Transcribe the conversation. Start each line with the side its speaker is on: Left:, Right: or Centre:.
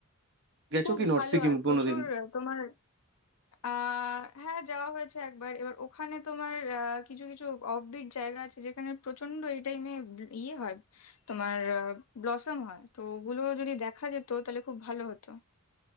Right: গেছো
Left: খুব
Right: কি নর্থ
Left: ভালো
Right: সিকিম
Left: আর প্রচুর
Right: কোনোদিন
Left: আহ, তোমার আহ হ্যাঁ যাওয়া হয়েছে একবার এবার ওখানে তোমার আহ, কিছু কিছু অফবিট জায়গা আছে যেখানে প্রচন্ড এই টাইমে ইয়ে হয় তোমার ব্লসম হয় তো ওগুলো যদি দেখা যেত তাহলে খুব ভালো হতো